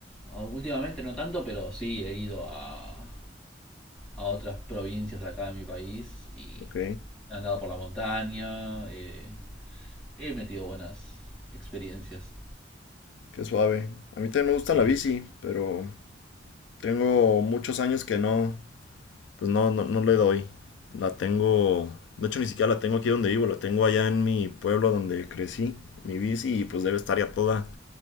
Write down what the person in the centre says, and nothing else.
ah, Últimamente no tanto, pero sí he ido a, a otras provincias de acá de mi país y
he andado por la montaña. eh, He metido buenas experiencias.
Sí,